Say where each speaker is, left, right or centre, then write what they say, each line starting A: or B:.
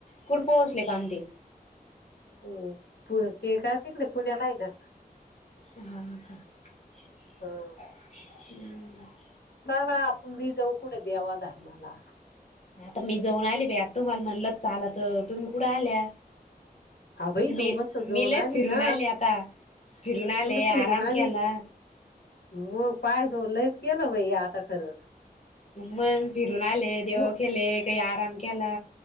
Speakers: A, on the left; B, on the left.
A: कुठ पोहचले, <unintelligible>
B: हो, ते काय तिकडे पुण्याला आहे ना.
A: <inaudible>
B: हं. चला आपण मी जाऊ कुठे देवा धर्माला
A: आता मी जाऊन आली, बा आता तुम्हाला म्हणल चाल तर तुम्ही कुठ आल्या
B: हा बाई तू
A: मी,
B: मस्त जाऊन
A: मी लेय
B: आली
A: फिरून
B: ना
A: आले आता, फिरून आले
B: तुला
A: आराम
B: फिरून आली
A: केला
B: मग पाहि तो लईस केल बइ आता खर
A: मग फिरून आले देव
B: म
A: केेले, काही आराम केला